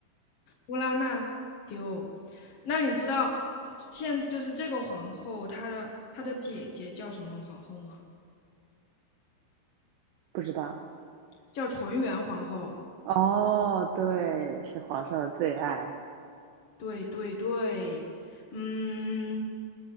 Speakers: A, on the left (about 50°); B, on the right (about 75°).
A: 乌拉那拉修。那你知道呃现就是这个皇后，她的她的姐姐叫什么皇后吗？
B: 不知道。
A: 叫纯元皇后。
B: 哦，对，是皇上的最爱。
A: 对对对，嗯，